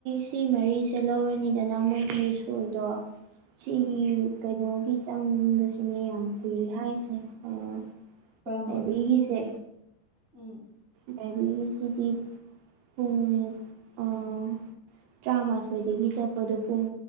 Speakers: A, on the right; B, on the right.
A: ꯁꯤ ꯃꯔꯤꯁꯦ ꯂꯧꯔꯅꯤꯗꯅ ꯃꯣꯏꯒꯤ ꯁꯣꯏꯗꯣ ꯁꯤꯒꯤ
B: ꯎꯝ
A: ꯀꯩꯅꯣꯒꯤ ꯆꯪꯕꯁꯤꯅꯦ ꯌꯥꯝ ꯀꯨꯏ ꯍꯥꯏꯁꯦ ꯑꯥ
B: ꯀꯔꯝꯕ
A: ꯂꯥꯏꯕꯔꯤꯒꯤꯁꯦ
B: ꯎꯝ
A: ꯂꯥꯏꯕꯔꯤꯒꯤꯁꯤꯗꯤ ꯄꯨꯡ ꯑꯥ ꯇ꯭ꯔꯥꯃꯥꯊꯣꯏꯗꯒꯤ ꯆꯠꯄꯗꯣ ꯄꯨꯡ